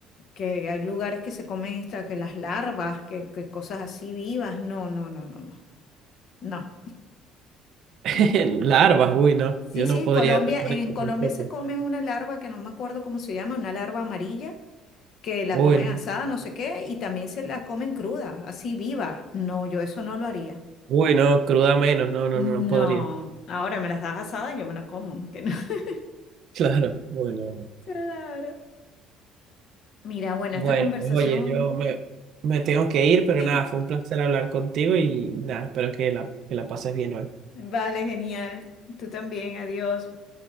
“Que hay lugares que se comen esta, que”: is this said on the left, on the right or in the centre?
Left